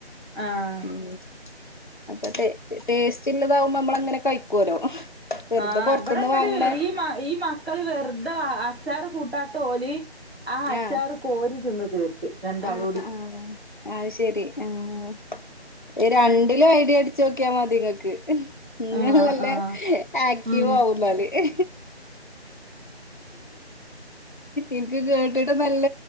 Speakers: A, on the right (about 65°); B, on the left (about 50°).
A: ആഹ്
B: ഉം അപ്പൊ ടേ ടേസ്റ്റ് ഇല്ലതാവുമ്പോ നമ്മളങ്ങനെ കയി ക്കോലോ, വെറുതെ
A: ആഹ്
B: പൊറത്ത്ന്ന്
A: ഇബടെ ഇങ്ങട്ട്
B: വാങ്ങ്ണെ
A: ഈ മ ഈ മക്കള് വെറുത വാ അച്ചാറ് കൂട്ടാത്ത ഓല് ആ അച്ചാറ്
B: ആഹ്
A: കോരി തിന്ന് തീർത്ത് രണ്ടാളൂടി.
B: ആഹ് ആഹ് അത് ശെരി ആഹ് ഈ രണ്ടിലും ഐഡ അടിച്ചോക്കിയാ മതി ഇങ്ങൾക്ക് ഇങ്ങള്
A: ആഹ്
B: നല്ല
A: ആഹ്
B: ആക്റ്റീവാവും
A: ഉം
B: ഇന്നാല് <inaudible> <inaudible> ഇൻക്ക് കേട്ടിട്ട് നല്ല